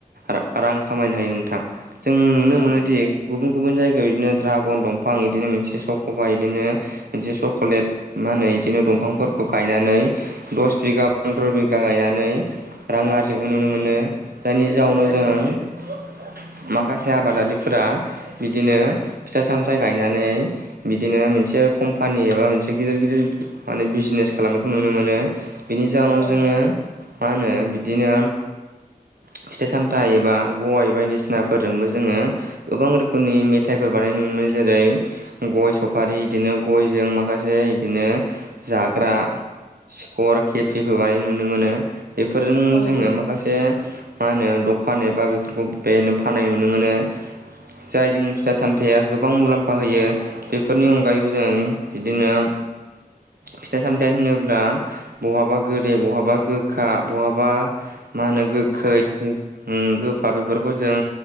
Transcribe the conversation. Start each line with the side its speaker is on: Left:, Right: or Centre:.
Right: रा रां खामायनो हायो नोंथां। जों नुनो
Left: औ
Right: मोनोदि गुबुन गुबुन जायगायाव बिदिनो दड्रागन दंफां बिदिनो मोनसे सख'बा इदिनो मोनसे चक'लेट मा होनो इदिनो दंफांफोरखौ गायनानै दस बिगा फन्द्र' बिगा गायनानै रां आरजिखौ नुनो मोनो जायनि जाउनाव जों माखासे आबादारिफोरा बिदिनो फिथाइ सामथाइ गायनानै बिदिनो मोनसे कम्पानि एबा मोनसे गिदिर गिदिर माने बिजनेस खालामनायखौ नुनो मोनो। बेनि जाहोनाव
Left: औ
Right: जोङो मा होनो बिदिनो फिथाइ सामथाइ एबा गय बायदिसिनाफोरजोंबो जोङो गोबां रोखोमनि मेथाइफोर बानायनाय नुनो मोनो। जेरै गय सफारि इदिनो गयजों माखासे इदिनो जाग्रा स्कर केपिबो बानाय नुनो मोनो बेफोरजों
Left: औ
Right: जोङो माखासे मा होनो दखान एबा बेफोरखौ बेनो फाननाय नुनो मोनो जाय जोंनि फिथा सामथायया गोबां मुलाम्फा होयो बेफोरनि अनगायैबो जों बिदिनो फिथाइ सामथायाइ होनोब्ला बहाबा गोदै बहाबा गोखा बहाबा मा होनो
Left: गोफा
Right: गोखै गोफा बेफोरखौ जों